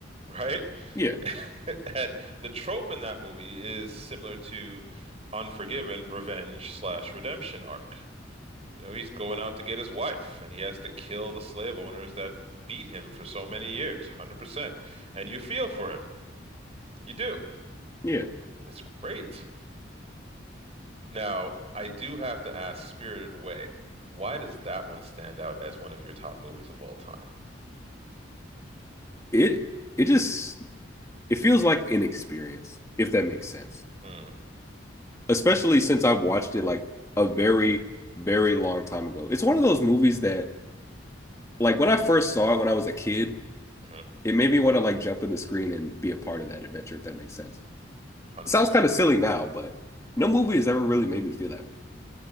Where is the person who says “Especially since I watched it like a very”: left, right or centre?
Left